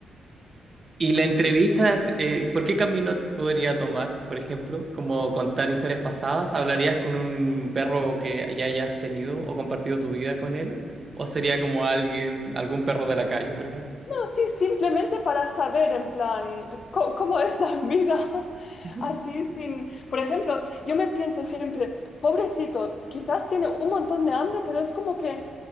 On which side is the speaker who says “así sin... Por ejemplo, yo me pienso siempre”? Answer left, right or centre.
Left